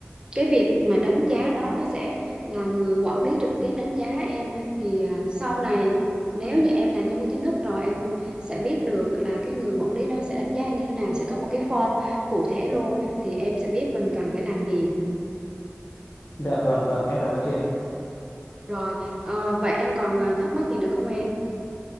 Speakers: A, on the right; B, on the left.
A: cái việc mà đánh giá đó nó sẽ là người quản lý trực tiếp đánh giá em thì ờ, sau này nếu như em là nhân viên chính thức rồi em sẽ biết được là cái người quản lý đó sẽ đánh giá em như thế nào sẽ có một cái form cụ thể luôn thì em sẽ biết mình cần phải làm gì
B: Dạ vâng vâng em cảm ơn chị ạ.
A: rồi ờ, vậy em còn ờ, thắc mắc gì nữa không em